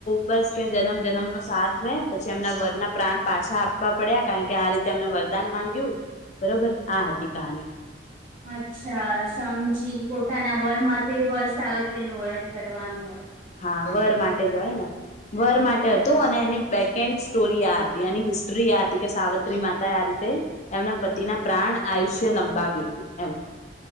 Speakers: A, on the left (about 40°); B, on the right (about 35°).
A: બસ કે જન્મ જન્મનો સાથ રહે પછી એમના વન ના પ્રાણ પાછા. પડ્યા કારણ કે આ રીતે અમને વરદાન માંગ્યું બરોબર આ હતી કહાની.
B: અચ્છા સમજી પોતાના વરમાં તે વર્ષ આવે તેનું વ્રત કરવાનું હોય.
A: હા વર માટે જય ને વર માટે હતું અને એની બેક. કે સ્ટોરી આ હતી એની હિસ્ટ્રી આ હતી કે સાવિત્રી માતા આ રીતે. એમના પતિના પ્રાણ આયુષ્ય લંબાવ્યું હતું એમ.